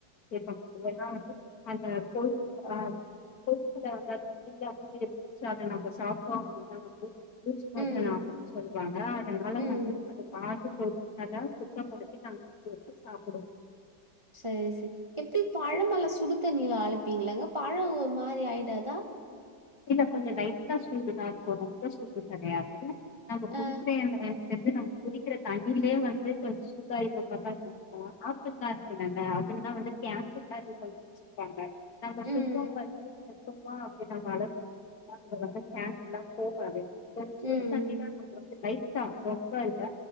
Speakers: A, on the left; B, on the right.
A: சேட் பண்ணனு ஏனா வந்து அந்த கொழு ஆ கொழுப்புல வந்து அந்த முடிலா அதுல இருந்துச்சி அத நம்ம சாப்ட்டோ அப்டின்னா வந்து லூஸ்மோசன்
B: ம்
A: ஆகும் சொல்றாங்க அதனால
B: ம்
A: வந்து இப்டி பாத்து பொறுமையாதா சுத்தபடுத்தி நாங்க வச்சி வச்சி சாப்டுவோ
B: சரி செ எப்டி பழமல்லா சுடு தண்ணில அலப்பீங்களா பழம் ஒரு மாரி ஆயிடாதா
A: இல்ல கொஞ்ச லைட்டா சூடுதா இருக்கும் ரொம்ப சூடு கெடையாது நம்ப குடிக்கிற
B: ஆ
A: என்ன என் எப்டி நம்ம குடிக்கிற தண்ணிலே வந்து கொஞ்ச சூடா இருக்க மாறி தான் இருக்கும் ஆப்ட்டு சூடன்னா அதுதா வந்து கேப்பிங்லா இப்ப வச்சிருப்பாங்க நம்ம சும்மா
B: ம்
A: வந்து சும்மா அப்டி நம்ம அலச சாப்பிட வந்து கேப்பிங்லா போகாது <inaudible> சுடு
B: ம் ம்
A: தண்ணில நம் வந்து லைட்டா ரொம்ப இல்ல